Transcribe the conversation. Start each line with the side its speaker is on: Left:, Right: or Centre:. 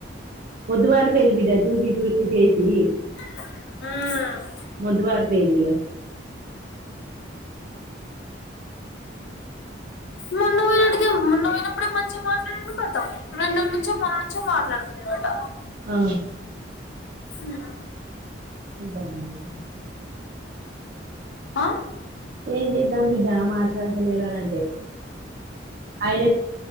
Right: మొదువారి వారి పోయింది బిడ్డ చూసి చూసి చేసి
Left: హ
Right: మొద్దువారి పోయింది గా
Left: మొన్న పోయినటిగా మొన్న పోయినప్పుడే మంచిగా మాట్లాడిండు కదా, నిన్నటి నుంచో మొన్న నుంచో మాట్లాడతలేదట.
Right: ఆ
Left: ఆ
Right: ద్దా మరి మాలా
Left: ఆ
Right: ఎం చేద్దం బిడ్డ మాట్లాడతలేడు అని అంటే అయిన